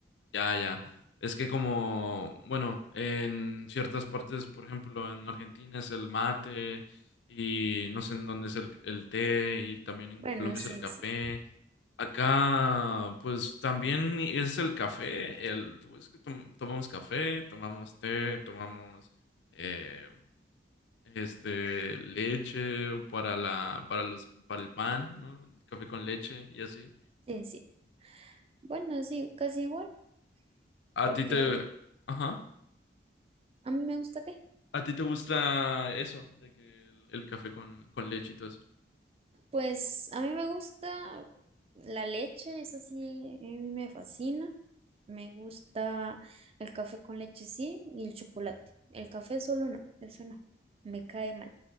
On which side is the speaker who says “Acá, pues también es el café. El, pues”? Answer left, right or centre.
Left